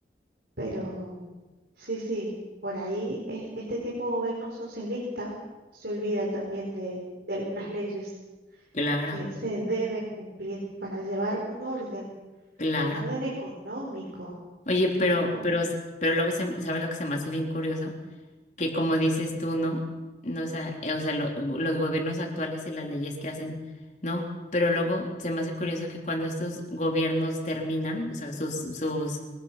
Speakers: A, on the right; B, on the left.
A: pero sí, sí, por ahí es- este tipo de gobierno socialista se olvida también de, de algunas leyes
B: claro,
A: que se deben cumplir para llevar un orden,
B: claro.
A: un orden económico.
B: Oye, pero,
A: Ah,
B: pero, s- pero luego se- ¿sabes lo que se me hace bien curioso? que como dices tú, ¿no? No, o sea, eh, o sea, lo- los gobiernos actuales y las leyes que hacen, ¿no? Pero luego se me hace curioso que cuando estos gobiernos terminan, o sea, sus, sus,